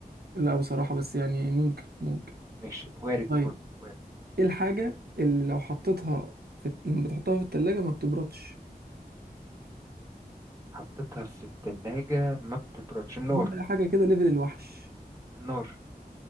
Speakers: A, on the right (about 80°); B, on the right (about 20°).
A: لا بصراحة بس يعني ممكن ممكن
B: ماشي وارد
A: طيب
B: برضه وارد
A: ايه الحاجة اللي لو حطيتها في لما بتحطها في التلاجة ما بتبردش
B: حطيتها في الثلاجه ما بتبردش النار
A: دي بقى حاجة كده ليفل الوحش
B: النار